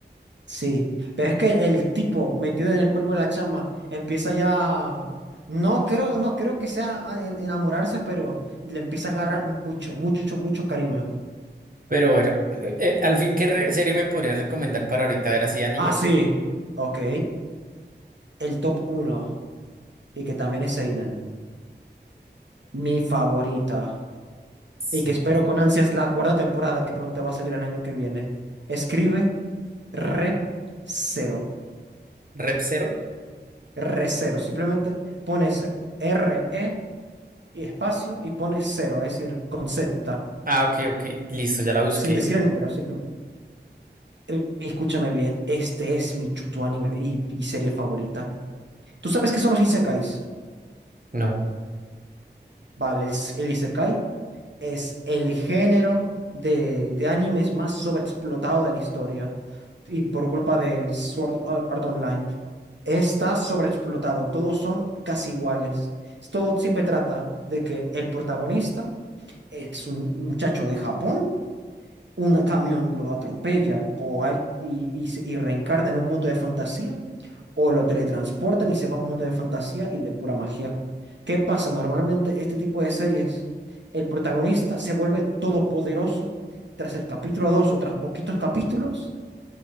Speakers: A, on the right (about 80°); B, on the right (about 50°).
A: Sí, pero es que el tipo metido en el cuerpo de la chama empieza ya, no creo, no creo que sea a en- enamorarse, pero le empieza a agarrar mucho, mucho, mucho cariño.
B: Pero bueno, eh, eh, al fin, ¿qué re- serie me podrías recomendar para ahorita ver así anime?
A: Ah, sí. Ok, el top uno y que también es Seinen, mi favorita.
B: Sí,
A: y que espero con ansias la cuarta temporada que pronto va a salir el año que viene. Escribe re cero,
B: Rep Zero.
A: re cero. Simplemente pones r e y espacio y pones cero, es decir, con Z,
B: Ah, ok, ok, listo, ya la busqué.
A: sin decir el número, simplemente. Eh, Escúchame bien, este es mi chuto anime y, y serie favorita. ¿Tú sabes qué son los isekais?
B: No.
A: Vale, el, s- el Isekai es el género de, de animes más sobreexplotado de la historia. Y por culpa de Sword Art Online. Está sobreexplotado. Todos son casi iguales. Todo siempre trata de que el protagonista es un muchacho de Japón un camión lo atropella o al- y, y, se- y reencarna en un mundo de fantasía, o lo teletransportan y se va a un mundo de fantasía y de pura magia. ¿Qué pasa? Normalmente este tipo de series, el protagonista se vuelve todopoderoso tras el capítulo 2 o tras poquitos capítulos